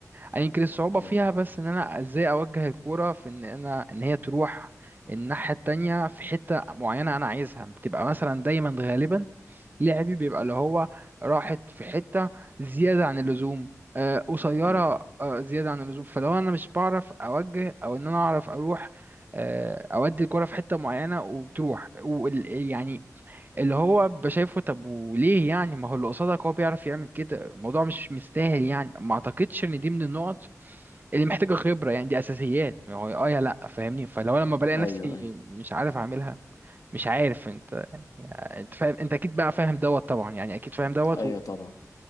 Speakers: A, on the right (about 35°); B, on the left (about 80°).
A: يعني يمكن الصعوبة
B: تمام
A: فيها بس ان انا ازاي اوجه الكورة في ان انا ان هي تروح الناحية التانية في حتة معينة انا عايزها بتبقى مثلا دايما غالبا لعبي بيبقى اللي هو راحت في حتة زيادة عن اللزوم آه، قصيرة
B: امم
A: آه، زيادة عن اللزوم فلو انا مش بعرف اوجه او ان انا اعرف اروح آه، اودي الكرة في حتة معينة وبتروح وال- يعني اللي هو بشايفه طب وليه يعني ما هو اللي قصادك هو بيعرف يعمل كده الموضوع مش مستاهل يعني ما اعتقدش ان دي من النقط اللي محتاجة خبرة يعني دي اساسيات ما هو اه يا لا فاهمني فلو لما بلاقي
B: ايوه
A: نفسي
B: ايوه
A: مش عارف اعملها مش عارف انت يعني انت فاهم انت اكيد بقى فاهم دوت طبعا يعني اكيد فاهم دوت
B: ايوه طبعا